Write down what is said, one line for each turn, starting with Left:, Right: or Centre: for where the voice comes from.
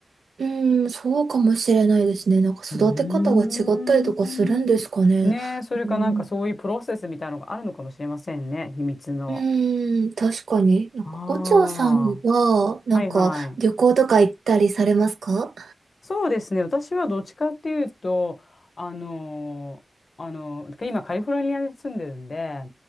Right: うん、そうかもしれないですね。なんか育て方が違ったりとかするんですかね。
Left: うーん。ねえ、それかなんかそういうプロセスみたいなのがあるのかもしれませんね。
Right: うん
Left: 秘密の。
Right: うーん、確かに。なんか、
Left: ああ。
Right: お嬢さんは、なんか、
Left: はいはい。
Right: 旅行とか行ったりされますか
Left: そうですね。私はどっちかっていうと、あのーあのー今カリフォルニアに住んでるんで、